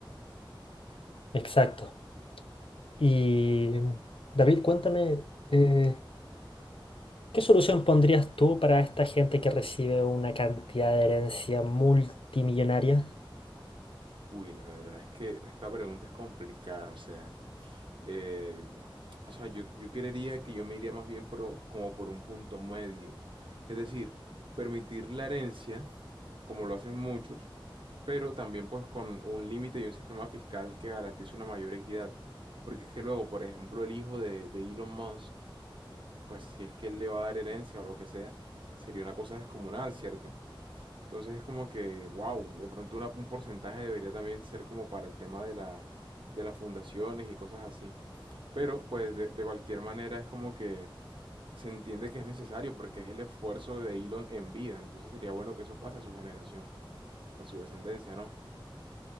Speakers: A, on the left; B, on the right.
A: Exacto. Y em, David, cuéntame, eh, ¿qué solución pondrías tú para esta gente que recibe una cantidad de herencia multimillonaria?
B: Uy, la verdad es que esta pregunta es complicada, o sea, eh, o sea, yo, yo creería que yo me iría más bien por- como por un punto medio. Es decir, permitir la herencia, como lo hacen muchos, pero también pues con un límite y un sistema fiscal que garantice una mayor equidad. Porque es que luego, por ejemplo, el hijo de, de Elon Musk pues si es que él le va a dar herencia o lo que sea, sería una cosa descomunal, ¿cierto? Entonces es como que, wow, de pronto una- un porcentaje debería también ser como para el tema de la, de las fundaciones y cosas así. Pero pues de, de cualquier manera es como que se entiende que es necesario porque es el esfuerzo de Elon en vida. Entonces sería bueno que eso pase a su generación, a su descendencia, ¿no?